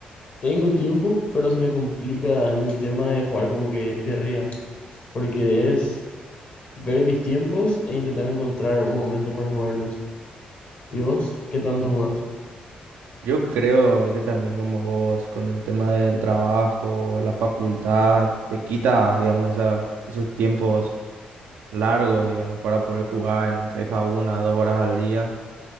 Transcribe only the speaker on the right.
Sí.
Yo creo que también como vos, con el tema del trabajo, la facultad, te quita, digamos, esa, esos tiempos largos, digamos, para poder jugar, en- te deja una, dos horas al día.